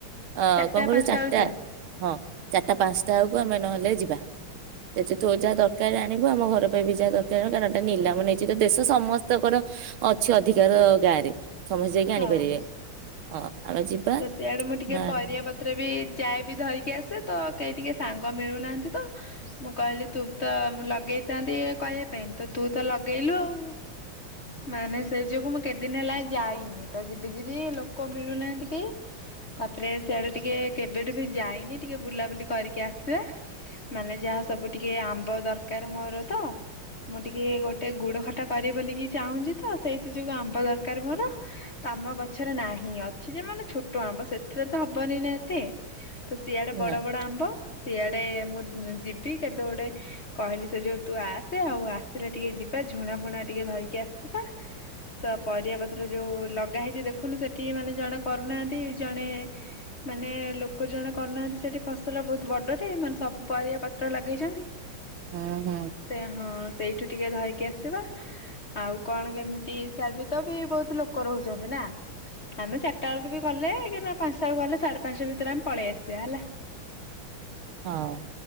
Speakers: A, on the right; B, on the left.
A: ଅ
B: ଚାରିଟା
A: କଣ କହିଲୁ
B: ପାଞ୍ଚଟା
A: ଚାରିଟା
B: ବେଳୁ ଯିିବା।
A: ହଁ ଚାରିଟା ପାଞ୍ଚଟା ବେଳକୁ ଆମେ ନହେଲେ ଯିବା ଯେ ତୁ ଯାହା ଦରକାର ଆଣିବୁ ଆମ ଘର ପାଇଁ ବି ଯାହା ଦରକାର କାରଣ ଏଟା ନିଲାମ ନେଇଛି ତ ଦେଶ ସମସ୍ତଙ୍କର ଅଛି ଅଧିକାର ଗାଁରେ। ସମସ୍ତେ ଯାଇକି
B: ହଁ
A: ଆଣିପାରିବେ। ହଁ। ଆମେ ଯିବା
B: ତ ସେଆଡେ ମୁଁ ଟିକେ
A: ନା
B: ପରିବା ପତ୍ର ବି ଯାଏବି ଧରି ଟିକେ ଆସେ ତ କେହି ଟିକେ ସାଙ୍ଗ ମିଳୁନାହାନ୍ତି ତ ମୁଁ କହିଲି ତୁ ବି ତ ଲଗେଇଥାନ୍ତି କହିବା ପାଇଁ ତ ତୁ ତ ଲଗେଇଲୁ ଆଉ ମାନେ ସେଇଥି ଯୋଗୁ ମୁଁ କେତଦିନ ହେଲା ଯାଇନି ତ ଯିବି ଯିବି ଲୋକ ମିଳୁନାହାନ୍ତି। ତାପରେ ସେଆଡେ ଟିକେ କେବେଠୁ ବି ଯାଇନି ଟିକେ ବୁଲାବୁଲି କରିକି ଆସିବା ମାନେ ଯାହା ସବୁ ଟିକେ ଆମ୍ବ ଦରକାର ମୋର ତ ମୁଁ ଟିକେ ଗୋଟେ ଗୁଡ ଖଟା କରିବି ବୋଲିକି ଚାହୁଁଛି ତ ସେଇଥି ଯୋଉ ଆମ୍ବ ଦରକାର ମୋର ତମ ଗଛରେ ନାହିଁ ଅଛି ଯେ ମାନେ ଛୋଟ ଆମ୍ବ ସେଥିରେ ତ ହବନି ନା ଏତେ। ତ ସିଆଡେ ବଡ
A: ନା
B: ବଡ ଆମ୍ବ। ସିଆଡେ ମୁଁ ଯିବି କେବେ ଗୋଟେ କହିଲି ସେ ଯୋଉ ତୁ ଆସେ ଆଉ ଆସିଲେ ଟିକେ ଯିବା ଝୁଣା ପୁଣା ଟିକେ ଧରିକି ଆସିବା ତ ପରିବା ପତ୍ର ଯୋଉ ଲଗା ହେଇଛି ଦେଖୁନୁ ସେଠିକି ମାନେ ଜଣ କରୁନାହାନ୍ତି ଜଣେ ମାନେ ଲୋକ ଜଣେ କରୁନାହାନ୍ତି ସେଠି ଫସଲ ବହୁତ ବଡଟେ ମାନେ ସବୁ ପରିବା ପତ୍ର ଲଗେଇଛନ୍ତି।
A: ହୁଁ ହୁଁ
B: ସେ ହଁ ସେଇ ଟିକେ ଧରକି ଆସିବା ଆଉ କଣ କେମିତି ସାର ବି ତ ବି ବହୁତ ଲୋକ ରହୁଛନ୍ତି ନା ଆମେ ଚରାଟା ବେଳକୁ ବି କଲେ କି ବା ପାଞ୍ଚଟା ବେଳକୁ ଗଲେ ସାଢେ ପାଞ୍ଚଟା ଭିତରେ ଆମେ ପଳେଇ ଆସିବା ହେଲା।
A: ହଁ।